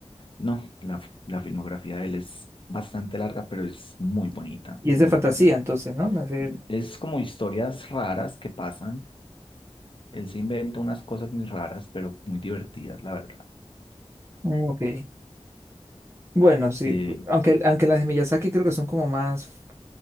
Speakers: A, on the left; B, on the right.
A: No, la, la filmografía de él es bastante larga, pero es muy bonita,
B: Y
A: muy
B: es de fantasía,
A: buena.
B: entonces, ¿no? No es el-
A: Es como historias raras que pasan. Él se inventa unas cosas muy raras, pero muy divertidas, la verdad.
B: Mm, Ok. Bueno, sí.
A: Sí,
B: Aunque, aunque las de Miyazaki creo que son como más